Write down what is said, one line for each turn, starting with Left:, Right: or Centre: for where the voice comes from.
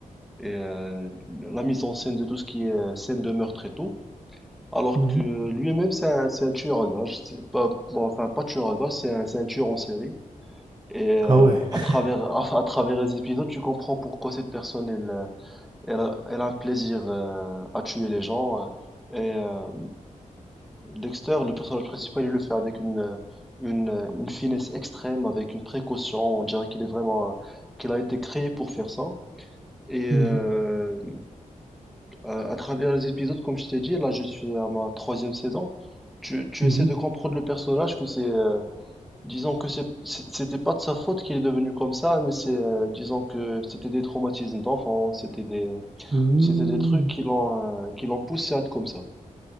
Centre: et euh, la mise en scène de tout ce qui est euh, scène de meurtre et tout. Alors
Right: mhm,
Centre: que
Right: mhm.
Centre: lui-même, c'est un, c'est un tueur à gages. C'est pas, bon, enfin, pas tueur à gages, c'est un, c'est un tueur en série. Et euh,
Right: Ah ouais.
Centre: à
Right: <laughs>
Centre: travers, <laughs> à, à travers les épisodes, tu comprends pourquoi cette personne, elle, euh, elle, a- elle a un plaisir euh, à tuer les gens. euh, Et euh, Dexter, le personnage principal, il le fait avec une, euh, une, euh, une finesse extrême, avec une précaution. On dirait qu'il est vraiment, euh, qu'il a été créé pour faire ça. Et
Right: Mhm,
Centre: euh, euh, à travers les épisodes, comme je t'ai dit, là je suis à ma troisième saison. Tu, tu
Right: mhm,
Centre: essaies de comprendre le personnage que c'est, euh, disons que c'est, c'est- c'était pas de sa faute qu'il est devenu comme ça, mais c'est, euh, disons que c'était des traumatismes d'enfant, c'était des,
Right: mhm.
Centre: c'était des trucs qui l'ont, euh, qui l'ont poussé à être comme ça.